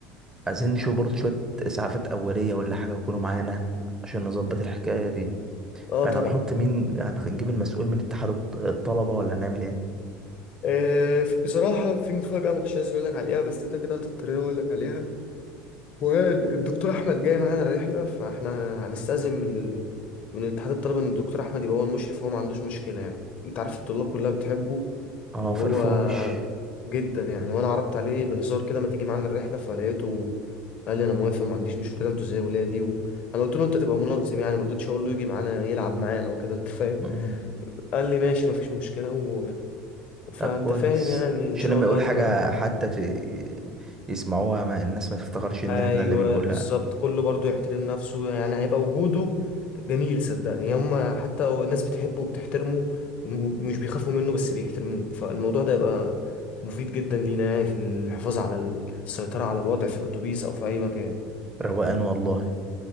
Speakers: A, on the right; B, on the left.
A: نشوف برضه شوية إسعافات أولية ولا حاجة يكونوا معانا عشان نظبط الحكاية دي
B: اه
A: فاحنا
B: طبعا
A: هنحط مين هنجيب المسؤول من اتحاد الط- الطلبة ولا هنعمل ايه
B: آه، بصراحة في مفاجأة ما كنتش عايز أقول لك عليها بس أنت كده هتضطرني أقول لك عليها والدكتور احمد جاي معانا الرحله فاحنا هنستأذن من ال... من اتحاد الطلبه ان الدكتور احمد يبقى هو المشرف وهو ما عندوش مشكله يعني انت عارف الطلاب كلها بتحبه
A: اه
B: وهو
A: فرفوش
B: جدا يعني وانا عرضت عليه بهزار كده ما تيجي معانا الرحله فلقيته قال لي انا موافق وما عنديش مشكله انتوا زي ولادي وانا قلت له انت تبقى منظم يعني ما رضيتش اقول له يجي معانا يلعب معانا وكده انت فاهم
A: مم.
B: قال لي ماشي ما فيش مشكله و... فانت
A: طب كويس
B: فاهم يعني ان
A: عشان
B: شاء
A: لما
B: الله
A: يقول
B: تبقى
A: حاجة حتى ت- يسمعوها ما الناس ما تفتكرش ان
B: ايوه
A: احنا اللي بنقولها
B: بالظبط كله برضو يحترم نفسه يعني هيبقى وجوده جميل صدقني هم حتى الناس بتحبه وبتحترمه ومش بيخافوا منه بس بيحترموه فالموضوع ده يبقى مفيد جدا لينا يعني في الحفاظ على ال- السيطرة على الوضع في الأتوبيس أو في أي مكان
A: روقان والله